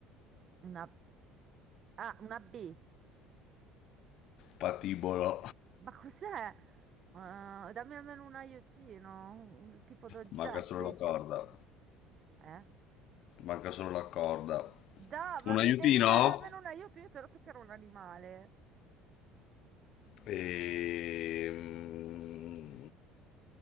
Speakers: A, on the right; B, on the left.
A: Una... Ah, una B.
B: Patibolo.
A: Ma cos'è? Ah, dammi almeno un aiutino, un tipo d'oggetto.
B: Manca solo
A: io-
B: la corda.
A: Eh?
B: Manca solo la corda.
A: Da, ma
B: Un
A: mi
B: aiutino?
A: devi dare almeno un aiuto. Io ti ho detto che era un animale.
B: Ehm,